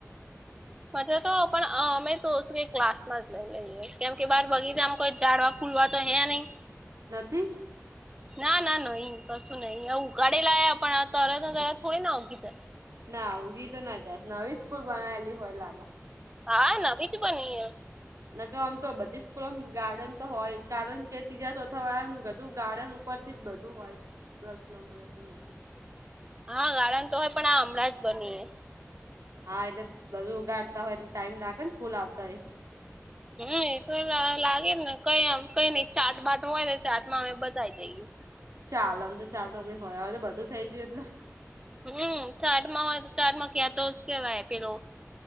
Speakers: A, on the right; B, on the right.
A: મજા તો પણ અમે તો શું કે ક્લાસ માં જ લઈ લઈએ કેમ કે બાર બગીચા કોઈ ઝાડ વો. ફુલવા તો હૈ નહી.
B: નથી.
A: હ. ના ના ના અ કશું નઈિ ઉકાળેલા પણ આ તર ત થોડી ના ઊગી‌જાય.
B: ના ઊઘી તો ના જાય નવી સ્કૂલ બનાયલી હોય લાગે
A: હા નવી જ બની
B: ન ક આમ તો બધી સ્કૂલોમ ગાર્ડન તો હોય કારણ કે તીજા ચોથા વાળા ગધુ ગાર્ડન પરથી જ બધું હોય પ્રશ્ન બશ્નો બધું
A: હા ગાર્ડન તો હોય પણ આ હમણાં જ બની
B: હા એટલે બધું ઉગાડતા હોય એટલે ટાઈમ લાગે ને ફૂલ આવતા એ
A: હમ એ તો લા લાગેને કઈ કઈ નઈ ચાટ બાટ હોય ચાટમાં અમે બતાવી દઈએ
B: ચાલ આમ તો ચાલ ટોમી હોય હવે તો બધું થઈ જયું એટલે
A: હમ ચાટમાં હોય તો ચાટમાં ક્યા તોસ કેવાય પેલો